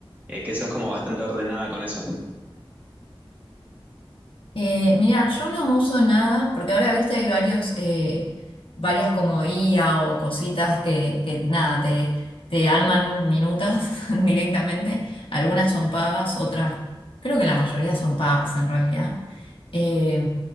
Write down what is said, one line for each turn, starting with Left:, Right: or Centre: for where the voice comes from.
Right: eh, que sos como bastante ordenada con eso.
Left: Eh, mira, yo no uso nada, porque ahora viste hay varios, eh, varias como IA o cositas que, que nada, te, te arman minutas <laughs> directamente. Algunas son pagas, otras, creo que la mayoría son pagas en realidad. Eh,